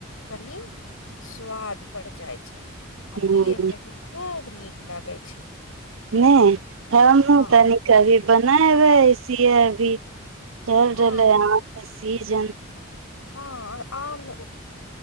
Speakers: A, on the left; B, on the right.
A: तनि स्वाद बढ़ जाइ छै। आ
B: हूँ
A: पी ए मे भी खूब। नीक लागै छै।
B: नय हमूँ
A: हाँ
B: तनी क बनाबै ऐस अभी। चल
A: हाँ
B: रहलै हह। सीजन
A: हाँ और आम